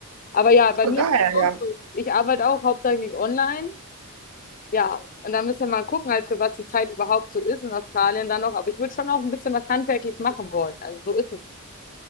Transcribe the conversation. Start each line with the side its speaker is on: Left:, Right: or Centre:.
Left: Aber ja, bei
Right: voll
Left: mir
Right: geil,
Left: ist das auch
Right: ja.
Left: so. Ich arbeite auch hauptsächlich online. Ja, und da müssen wir mal gucken, halt für was die Zeit überhaupt so ist in Australien dann noch. Aber ich würde schon auch ein bisschen was handwerklich machen wollen. Also so ist es.